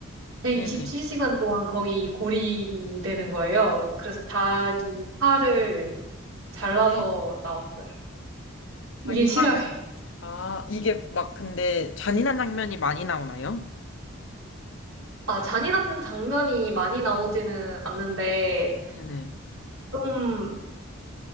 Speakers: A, on the right (about 85°); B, on the left (about 65°).
A: 127시간
B: 네네.
A: 동안 거기 고립이 되는 거예요. 그래서 자기 팔을 잘라서
B: 네.
A: 나왔어요.
B: 자기
A: 이게 실화예요.
B: 팔. 아, 이게 막 근데 잔인한 장면이 많이 나오나요?
A: 아, 잔인한 장면이 많이 나오지는 않는데
B: 네네.
A: 좀